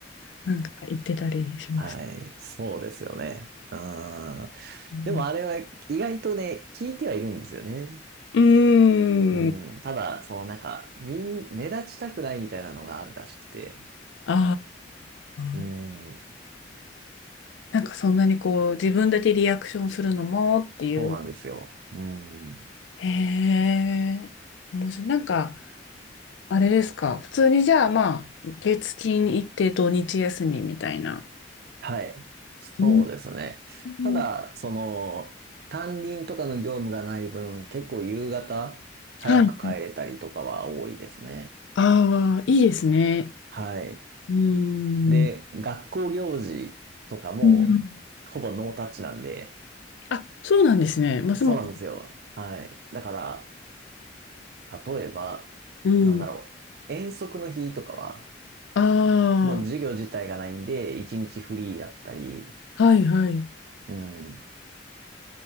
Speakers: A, on the left; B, on the right.
A: なんか言ってたりしました。
B: はい、そうですよね。うん。
A: うん。
B: でもあれは意外とね、聞いてはいるんですよね。
A: うーん。
B: うん。ただ、そのなんか、みん、目立ちたくないみたいなのがあるらしくて。
A: あ
B: うん。
A: あ。なんかそんなにこう、自分だけリアクションするのもっていう。
B: そうなんですよ。うん。
A: へえ、面白い。なんか、あれですか。普通にじゃあまあ、月金行って土日休みみたいな。
B: はい。そうですね。
A: うんうん
B: ただ、その、担任とかの業務がない分、結構夕方早く帰れたりとかは多いですね。
A: はい。ああ、いいですね。
B: はい。
A: うー
B: で、
A: ん。
B: 学校行事とかも、
A: うん
B: ほぼノータッチなんで、
A: あ、そうなんですね。ますます。
B: そうなんですよ。はい。だから、例えば、
A: うん。
B: なんだろう。遠足の日とかは、
A: あ
B: もう授業自体がないんで、一日フリーだったり、
A: あ、はいはい。
B: うん。